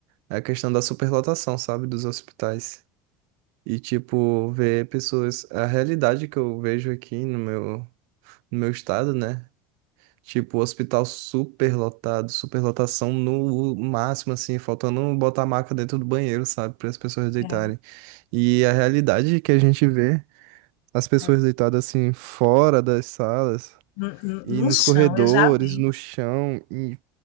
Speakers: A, on the right; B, on the left.
A: é a questão da superlotação, sabe, dos hospitais. E, tipo, ver pessoas... A realidade que eu vejo aqui no meu, no meu estado, né? Tipo, hospital superlotado, superlotação no máximo, assim, faltando botar a maca dentro do banheiro, sabe, para as pessoas deitarem.
B: É,
A: E a realidade que a gente vê as pessoas
B: é,
A: deitadas assim fora das salas
B: no, no
A: e
B: no
A: nos
B: chão,
A: corredores,
B: eu já vi.
A: no chão e